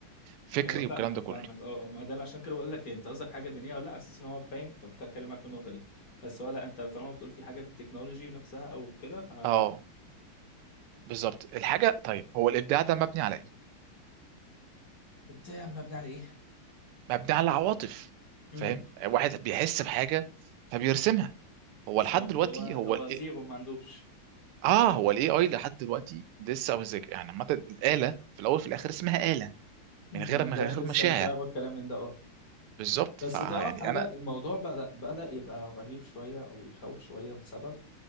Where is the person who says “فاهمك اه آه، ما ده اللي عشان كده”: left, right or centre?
Left